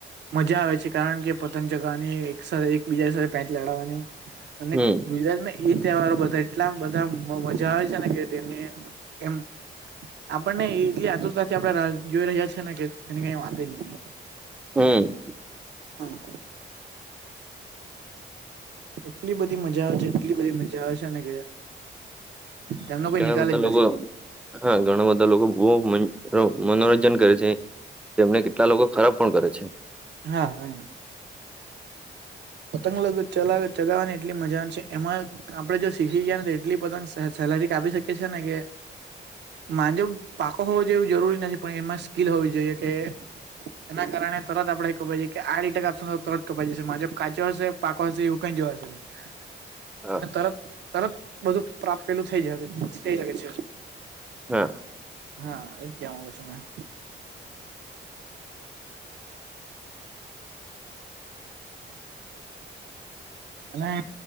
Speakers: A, on the right; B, in the centre.
A: મજા આવે છે, કારણ કે પતંગ ચગાવવાની એક સાથે એકબીજા સાથે બેટ લડાગાવાની અને
B: હમ
A: ગુજરાતમાં એ તહેવારો બધા એટલા બધા મજા આવે છે, ને કે તેમને એમ આપણને એટલી આતુરતાથી આપણે જોઈ રહ્યા છે. ને કે તેની કઈ વાત જ નહીં.
B: હમ્મ
A: હા. એટલી બધી મજા આવે છે, એટલી બધી મજા આવે છે ને કે તેમનો કોઈ
B: ઘણા
A: નિકાલ
B: બધા
A: જ નથી
B: લોકો, હા ઘણા બધા લોકો બો મનોરંજન કરે છે. જેમને કેટલા લોકો ખરાબ પણ કરે છે.
A: હા, હા. પતંગ લગ્ન ચ ચગાવવાની એટલી મજા છે એમાં આપડે જો શીખી ગયા ને તો એટલી પોતંગ સેલરી કાપી શકીએી ને કે માંજવ પાકો હોવો જોઈવું જરૂરી નથી પણ એમાં સ્કીિલ હોવી જોઈએ કે એના કારણે તરત આપડે કવાઈ જઈએ કે આ રીટક આપશ તરત કપાઈઈ જશે મામાં કાચો હશે પાકો હશે એવું કઈ જોવા હશે નહી
B: હા
A: અને તરત તરત બધું પ્રાપ્ પેલું થઈ થઈ શકે છે.
B: હા
A: હા એજ કે માંગુ છો મેં. અને